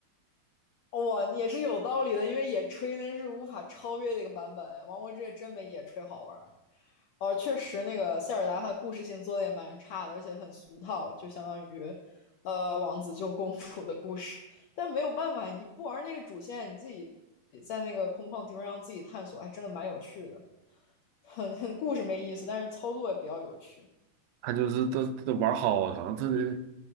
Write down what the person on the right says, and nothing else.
他就是他他玩好长，他这